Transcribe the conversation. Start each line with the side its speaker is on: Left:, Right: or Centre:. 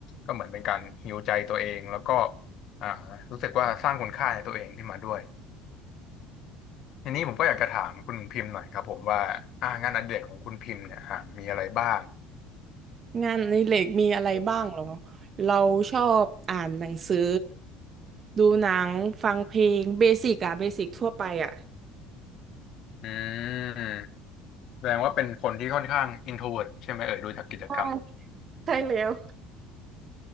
Left: ก็เหมือนเป็นการฮีลใจตัวเองแล้วก็อ่ารู้สึกว่าสร้างคุณค่าในตัวเองขึ้นมาด้วย ทีนี้ผมก็อยากจะถามคุณพิมพ์หน่อยครับผมว่าอ่างานอดิเรกของคุณพิมพ์เนี่ยอ่ามีอะไรบ้าง
Right: งานในเหล็กมีอะไรบ้างเหรอเราชอบอ่านหนังสือดูหนังฟังเพลงเบสิกอะเบสิกทั่วไปอะ
Left: อืมแสดงว่าเป็นคนที่ค่อนข้าง introvert ใช่ไหมเอ่ยดูจากกิจกรรม
Right: ใช่ใช่แล้ว